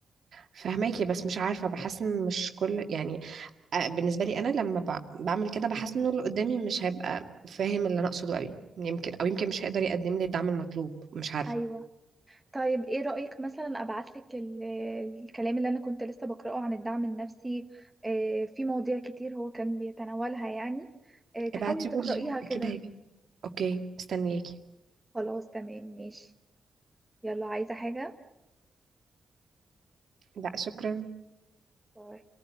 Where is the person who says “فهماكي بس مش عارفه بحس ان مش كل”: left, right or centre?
Right